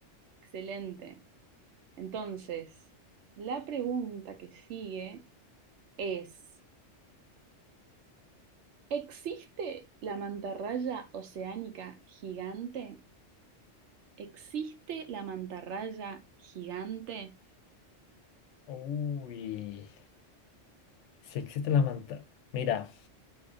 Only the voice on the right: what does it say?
Excelente. Entonces, la pregunta que sigue es, ¿existe la mantarraya oceánica gigante? ¿Existe la mantarraya gigante?